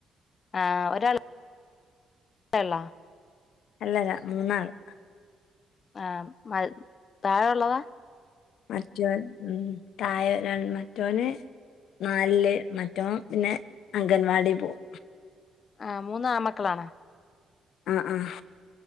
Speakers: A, on the left; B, on the left.
A: ആഹ് ഓരാള് <unintelligible> ള്ളാ.
B: അല്ലല്ലാ. മൂന്നാള്.
A: ആഹ് മഴ് താഴെള്ളതാ.
B: മറ്റൊൻ ഉം. താഴെ രൺ മറ്റോന് നാൽല്ല്. മറ്റോൻ പിന്നെ അംഗൻവാടി പോവും.
A: ആഹ് മൂന്നും ആമക്കളാണൊ?
B: ആഹ് ആഹ്